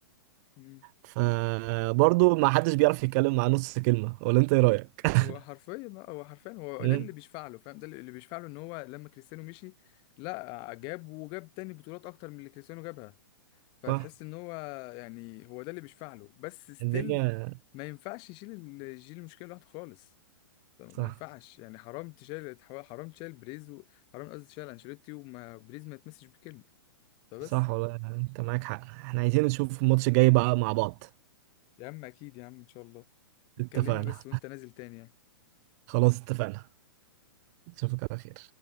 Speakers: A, on the left (about 40°); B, on the right (about 45°).
A: مم.
B: فبرضه ما حدش بيعرف يتكلم مع نص كلمه ولا انت ايه رايك <laughs>
A: هو حرفيا لا، هو حرفيا هو
B: مم.
A: ده اللي بيشفع له فاهم ده اللي بيشفع له ان هو لما كريستيانو مشي لا جاب وجاب تاني بطولات اكتر من اللي كريستيانو جابها فتحس
B: صح
A: ان هو يعني هو ده اللي بيشفع له بس ستيل
B: الدنيا
A: ما ينفعش يشيل ال- يشيل المشكله لوحده خالص ما
B: صح
A: ينفعش يعني حرام تشيل حرام تشيل بريز و- حرام قصدي تشيل انشيلوتي وما بريز ما يتمسش بكلمه فبس
B: صح والله انت معاك حق احنا عايزين نشوف الماتش الجاي بقى مع بعض
A: يا عم اكيد يا عم ان شاء الله
B: اتفقنا
A: كلمني بس وانت نازل تاني يعني
B: خلاص اتفقنا اشوفك على خير